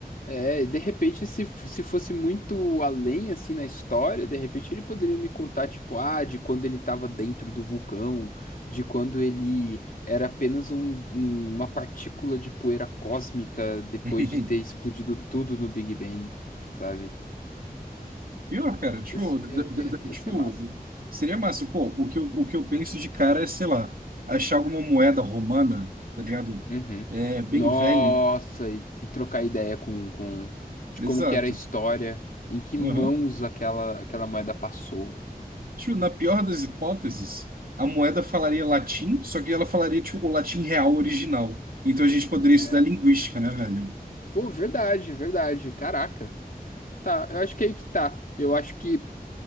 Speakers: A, on the left; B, on the right.
A: É, e de repente, se, se fosse muito além, assim, na história, de repente ele poderia me contar, tipo, ah, de quando ele estava dentro do vulcão, de quando ele era apenas um- um- uma partícula de poeira cósmica depois
B: <laughs>
A: de ter explodido tudo no Big Bang, sabe?
B: E, ó, cara, tipo,
A: Ia, ser-
B: d-
A: ia,
B: d-
A: ia-
B: d-
A: ia
B: tipo,
A: ser massa.
B: seria massa. Pô, o que eu, o que eu penso de cara é, sei lá, achar alguma moeda romana, tá ligado?
A: Uhum.
B: É, bem
A: Nossa,
B: velha.
A: e, e trocar ideia com, com de
B: Exato.
A: como que era a história, em que
B: Uhum.
A: mãos aquela, aquela moeda passou.
B: Tipo, na pior das hipóteses, a moeda falaria latim, só que ela falaria, tipo, o latim real original. Então a gente poderia
A: É,
B: estudar linguística, né, velho?
A: Pô, verdade, verdade. Caraca. Tá, eu acho que é aí que tá. Eu acho que